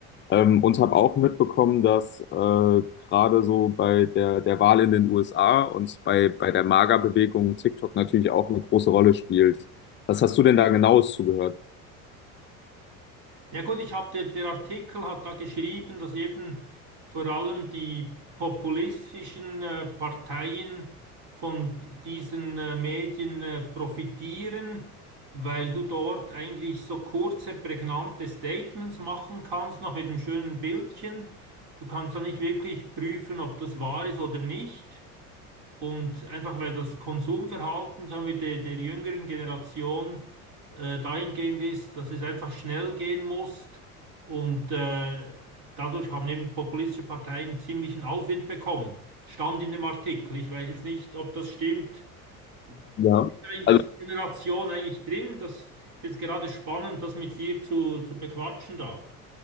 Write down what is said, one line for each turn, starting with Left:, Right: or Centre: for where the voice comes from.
Left: Ähm, und habe auch mitbekommen, dass äh, gerade so bei der, der Wahl in den USA und bei, bei der MAGA-Bewegung TikTok natürlich auch eine große Rolle spielt. Was hast du denn da genaues zugehört?
Right: Ja gut, ich habe der, der Artikel hat da geschrieben, dass eben vor allem die populistischen äh, Parteien von diesen äh, Medien äh, profitieren, weil du dort eigentlich so kurze, prägnante Statements machen kannst, noch mit einem schönen Bildchen. Du kannst da nicht wirklich prüfen, ob das wahr ist oder nicht. Und einfach weil das Konsumverhalten, sagen wir, der, der jüngeren Generation äh, dahingehend ist, dass es einfach schnell gehen muss. Und äh, dadurch haben eben populistische Parteien ziemlichen Aufwind bekommen. Stand in dem Artikel. Ich weiß jetzt nicht, ob das stimmt. Du
Left: Ja,
Right: bist ja in dieser
Left: also,
Right: Generation eigentlich drin. Das ist jetzt gerade spannend, das mit dir zu, zu bequatschen da.